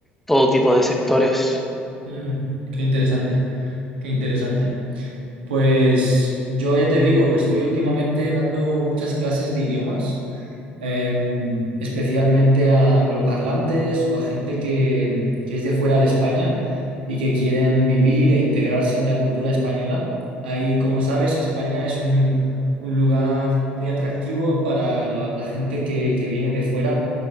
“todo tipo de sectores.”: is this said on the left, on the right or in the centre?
Centre